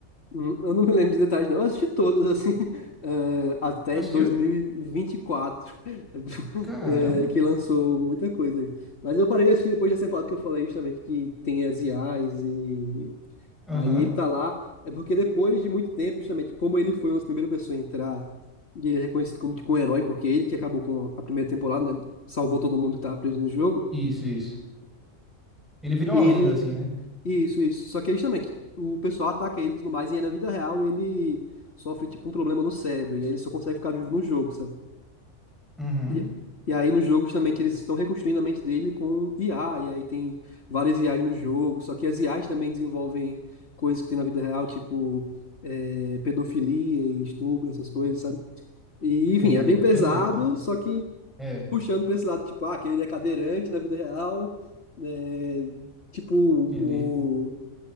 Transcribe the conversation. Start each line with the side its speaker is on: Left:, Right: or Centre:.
Left: Hum, Eu não me lembro de detalhes, não. Eu assisti todas, assim, <laughs> eh, até
Centre: Tu assistiu?
Left: 2024, <laughs>
Centre: Caramba.
Left: eh, que lançou muita coisa aí. Mas eu parei de assistir depois dessa temporada que eu falei justamente que tem as I as e
Centre: Aham.
Left: aí ele tá lá. É porque depois de muito tempo, justamente, como ele foi uma das primeiras pessoas a entrar e ele é reconhecido como tipo um herói, porque ele que acabou com a primeira temporada, né? Salvou todo mundo que tava preso no jogo.
Centre: Isso, isso. Ele vira uma
Left: Ele
Centre: lenda, assim, né?
Left: isso, isso. Só que aí, justamente, o pessoal ataca ele e tudo mais, e aí na vida real ele sofre tipo um problema no cérebro, e aí ele só consegue ficar vivo no jogo, sabe?
Centre: Uhum.
Left: E, e aí nos jogos também que eles estão reconstruindo a mente dele com IA, e aí tem várias IAs no jogo, só que as IAs também desenvolvem coisas que tem na vida real, tipo é, pedofilia e estupro, essas coisas, sabe? E
Centre: Entendi.
Left: enfim, é bem pesado,
Centre: Bem louco, né?
Left: só que
Centre: É,
Left: puxando pra esse lado, tipo, ah, aquele é cadeirante na vida real, é, tipo, o
Centre: entendi.